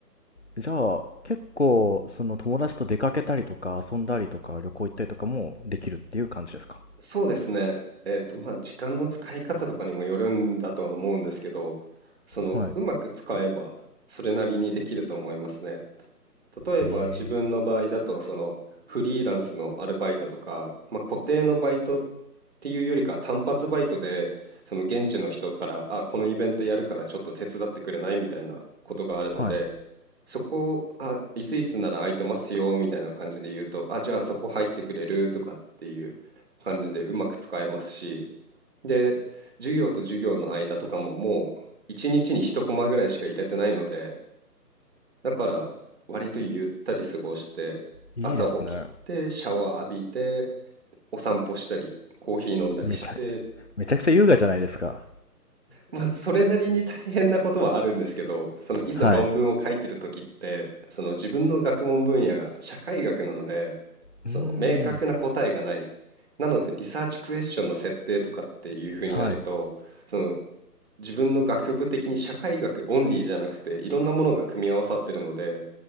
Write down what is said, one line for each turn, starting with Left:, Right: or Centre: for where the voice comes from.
Left: じゃあ、結構、その友達と出かけたりとか、遊んだりとか、旅行行ったりとかもできるっていう感じですか
Right: そうですね。えっと、まあ、時間の使い方とかにもよるんだとは思うんですけど、その、
Left: はい。
Right: うまく使えば、それなりにできると思いますね。例えば自分の場合だとそのフリーランスのアルバイトとか、
Left: え
Right: まあ、固定のバイトっていうよりか単発バイトでその現地の人から「あこのイベントやるからちょっと手伝ってくれない?」みたいなことがあるので
Left: えはい
Right: そこを「あいついつなら空いてますよ」みたいな感じで言うと「あじゃあそこ入ってくれる?」とかっていう感じでうまく使えますしで授業と授業の間とかももう一日に一コマぐらいしか入れてないのでだから割とゆったり過ごして朝起きてシャワー浴びて
Left: いいですね。
Right: お散歩したりコーヒー飲んだりして
Left: めちゃく、めちゃくちゃ優雅じゃないですか。
Right: まあそれなりに大変なことはあるんですけどそのいざ論文を書いてる時ってその自分の学問分野が社会学なので
Left: はい。
Right: その明確な答えがない
Left: うーん。
Right: なのでリサーチクエスチョンの設定とかっていう風になるとその
Left: はい。
Right: 自分の学部的に社会学オンリーじゃなくていろんなものが組み合わさってるので